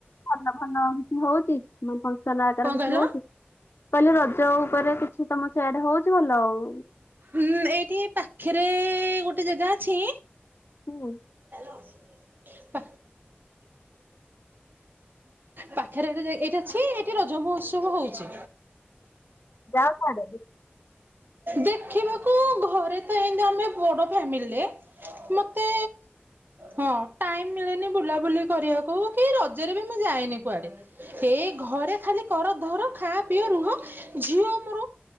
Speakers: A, on the left; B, on the right.
A: ଭଲ ଭଲ କିଛି ହଉଚି ମାନେ ଫଙ୍କସନ ଆକାର
B: କଣ
A: କିଛି
B: କହିଲ?
A: ହଉଚି। ମୁଁ କହିଲି ରଜ ଉପରେ କିଛି ତମର ସିଆଡେ ହଉଚି ଭଲ ଆଉ।
B: ଉଁ ଏଇଠି ପାଖେରେ ଗୋଟେ ଜାଗା ଅଛି।
A: ହୁଁ
B: <unintelligible> ପାଖେରେ ଏଇଠି ଯାଇ ଏଠି ରଜ ମହୋତ୍ସବ ହଉଚି।
A: ଯାଅ ଖାଇଦେ
B: ଦେଖିବାକୁ ଘରେ ତ ଏମିତି ଆମେ ବଡ ଫ୍ୟାମିଲିରେ। ମତେ ହଁ ଟାଇମ୍ ମିଳେନି ବୁଲାବୁଲି କରିବାକୁ କି ରଜରେ ବି ମୁଁ ଯାଏନି କୁଆଡେ। ଏ ଘରେ ଖାଲି କର ଧର ଖା ପିଅ ରୁହ ଝିଅ ମୋର